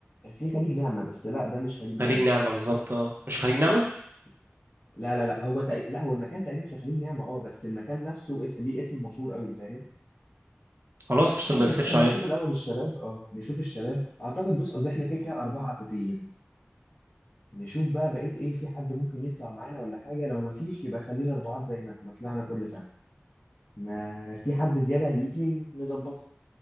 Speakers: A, on the left; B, on the right.
A: في خليج نعمه بس لا ده مش خليج نعمه
B: خليج نعمه بالظبط اه مش في خليج نعمه
A: اه لا لا لا هو تق... لا هو المكان تقريبا في خليج نعمه اه بس المكان نفسه اس... ليه اسم مشهور قوي فاهم
B: خلاص قشطة
A: عادي
B: ما نسيرش
A: بس اما
B: عليها
A: نشوف الاول الشباب اه نشوف الشباب اعتقد بص قصدي احنا كده كده اربعه اساسيين نشوف بقى بقيت ايه في حد ممكن يطلع معانا ولا حاجة لو ما فيش يبقى خلينا اربعات زي ما, ما طلعنا كل سنة ما في حد زيادة هيجي نظبطها